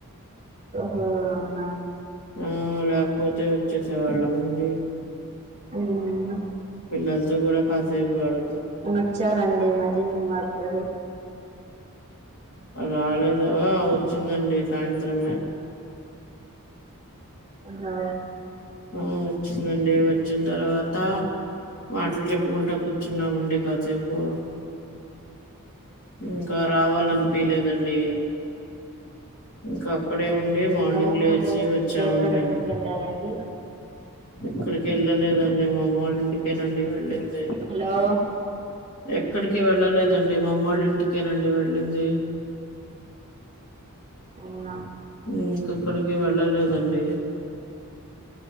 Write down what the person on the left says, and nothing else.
ఆ లేపోతే వచ్చేసే వాళ్ళ మండి
పిల్లల్ తో కూడా కాసేపు ఆడు
ఆ రాలేదవా ఆ వచ్చిందండి సాయంత్రమే
ఆ వచ్చిందండి వచ్చిన్ తర్వాత మాటల్ చెప్పుకుంటా కు కూర్చున్నామండి కాసేపు ఇంకా రావాలనిపిలేదండి ఇంకా అక్కడే ఉండి మార్నింగ్
లేచి
వచ్చమండీ
ఎక్కడికి ఎళ్ళలేదండి మాఅమ్మ వాల్ల ఇంటికే నండీ వెళ్ళింది
ఎక్కడికి వెళ్ళలేదండి మాఅమ్మోల్ల ఇంటికేనండి వెళ్ళింది
ఇంకెక్కడికి వెళ్ళలేదండి